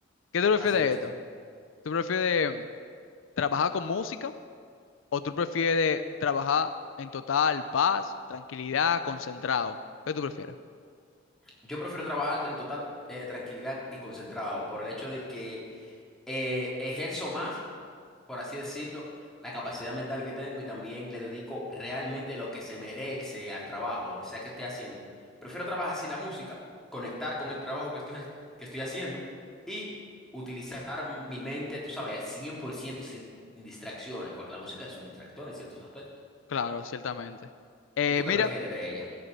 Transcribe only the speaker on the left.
¿Qué tú prefieres
de esto? ¿Tú prefieres mm, trabajar con música o tú prefieres trabajar en total paz, tranquilidad, concentrado? ¿Qué tú prefieres?
Claro, ciertamente. Eh,
mira,